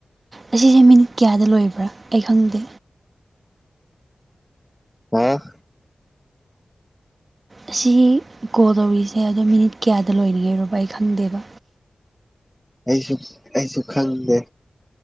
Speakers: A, on the right; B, in the centre.
A: ꯑꯁꯤꯁꯦ ꯃꯤꯅꯤꯠ ꯀꯌꯥꯗ ꯂꯣꯏꯕ꯭ꯔꯥ ꯑꯩ ꯈꯪꯗꯦ
B: ꯑ
A: ꯑꯁꯤ ꯀꯣꯜ ꯇꯧꯔꯤꯁꯦ ꯑꯗꯣ ꯃꯤꯅꯤꯠ ꯀꯌꯥꯗ ꯂꯣꯏꯔꯤꯒꯦꯔꯣꯕ ꯑꯩ ꯈꯪꯗꯦꯕ
B: ꯑꯩꯁꯨ ꯑꯩꯁꯨ ꯈꯪꯗꯦ